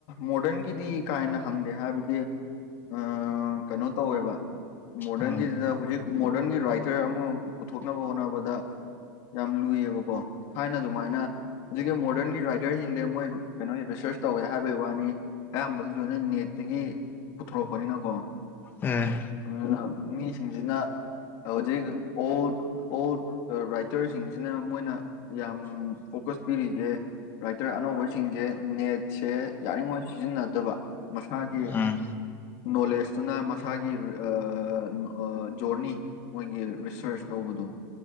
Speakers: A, on the left; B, on the left.
A: ꯃꯣꯗꯔꯟꯒꯤꯗꯤ ꯀꯥ ꯍꯦꯟꯅ ꯍꯪꯗꯦ ꯍꯥꯏꯕ ꯑ ꯀꯩꯅꯣ ꯇꯧꯋꯦꯕ ꯃꯣꯗꯔꯟꯒꯤꯗꯨꯗ
B: ꯎꯝ
A: ꯍꯧꯖꯤꯛ ꯃꯣꯗꯔꯟꯒꯤ ꯔꯥꯏꯇꯔ ꯑꯃ ꯄꯨꯊꯣꯛꯅꯕ ꯍꯣꯠꯅꯕꯗ ꯌꯥꯝ ꯂꯨꯏꯌꯦꯕꯀꯣ ꯊꯥꯏꯅ ꯑꯗꯨꯃꯥꯏꯅ ꯍꯧꯖꯤꯛꯀꯤ ꯃꯣꯗꯔꯟꯒꯤ ꯔꯥꯏꯇꯔꯁꯤꯡ ꯈꯪꯗꯦ ꯃꯣꯏ ꯀꯩꯅꯣꯒꯤ ꯔꯤꯁꯔꯁ ꯇꯧꯋꯦ ꯍꯥꯏꯕꯒꯤ ꯋꯥꯅꯤ ꯑꯌꯥꯝꯕꯗꯤ ꯂꯣꯏꯅ ꯅꯦꯠꯇꯒꯤ ꯄꯨꯊꯣꯔꯛꯄꯅꯤꯅꯀꯣ
B: ꯎꯝ
A: ꯑꯗꯨꯅ ꯃꯤꯁꯤꯡꯁꯤꯅ ꯍꯧꯖꯤꯛ ꯑꯣ ꯑꯣꯜ ꯔꯥꯏꯇꯔꯁꯤꯡꯁꯤꯅ ꯃꯣꯏꯅ ꯌꯥꯝ ꯐꯣꯀꯁ ꯄꯤꯔꯤꯁꯦ ꯔꯥꯏꯇ꯭ꯔ ꯑꯅꯧꯕꯁꯤꯡꯁꯦ ꯅꯦꯠꯁꯦ ꯌꯥꯔꯤꯉꯣꯏ ꯁꯤꯖꯤꯟꯅꯗꯕ ꯃꯁꯥꯒꯤ
B: ꯎꯝ
A: ꯅꯣꯂꯦꯖꯇꯨꯅ ꯃꯁꯥꯒꯤ ꯑ ꯑ ꯖꯣꯔꯅꯤ ꯃꯣꯏꯒꯤ ꯔꯤꯁꯔꯁ ꯇꯧꯕꯗꯨꯣ